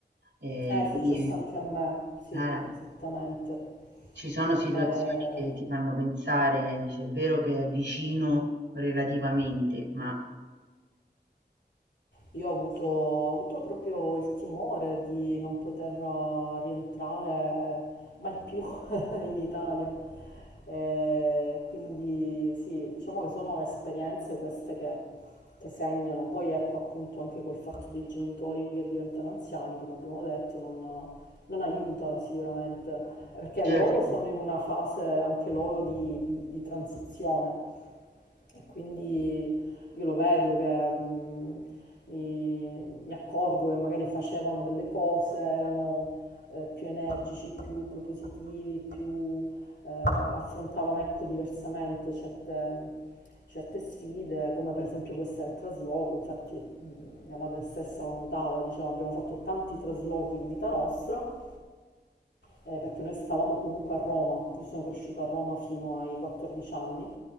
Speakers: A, on the right; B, on the left.
A: Ehm,
B: Eh, è
A: quindi
B: successo anche a me, sì,
A: eh,
B: esattamente.
A: ci sono situazioni
B: Eh,
A: che ti fanno pensare, dici: "È vero che è vicino relativamente, ma"
B: Io ho avuto, ho avuto proprio il timore di non poter rientrare mai più <laughs> in Italia. E quindi sì, diciamo che sono esperienze queste che, che segnano. Poi ecco appunto anche col fatto dei genitori che diventano anziani, come abbiamo detto, non, non aiuta sicuramente, perché
A: Certo,
B: loro sono in una fase anche loro di, di- di transizione. E quindi io lo vedo che mh, mi, mi accorgo che magari facevano delle cose, erano eh, più energici, più propositivi, più eh, affrontavano ecco, diversamente certe, certe sfide, come per esempio questa del trasloco, infatti mh, mia madre stessa lo notava, diceva abbiamo fatto tanti traslochi in vita nostra eh, perché noi stavamo comunque a Roma, io sono cresciuta a Roma fino ai 14 anni